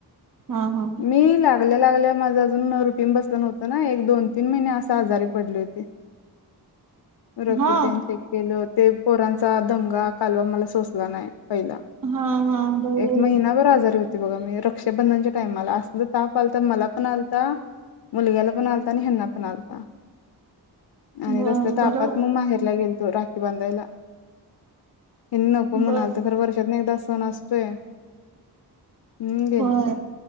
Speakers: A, on the right; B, on the left.
A: हा हा
B: मी लागल्या लागल्या. माझं अजून रुटीन बसला नव्हतं ना एक दोन तीन महिने अस. आजारी पडली होती. रक्त
A: हा
B: तेन चेक केल पोरा- चा दंगा कालवा मला सोचला नाही. पहिला
A: हा हा बरोबर
B: एक महिनाभर आजारी होते. बघा मी रक्षाबंधनच्या टाइमाला असल ताप आलता मला पण आलता मुलग्याला पण आलता आणि ह्यांना पण आलता. आणि
A: ब
B: तसल्या तापात
A: बरं
B: मी माहेरला गेलतो. तो राखी बांधायला. एनप म्हणा
A: बर
B: <unintelligible> शत ना एकदा सण असतोये हम् गेल
A: होय
B: तो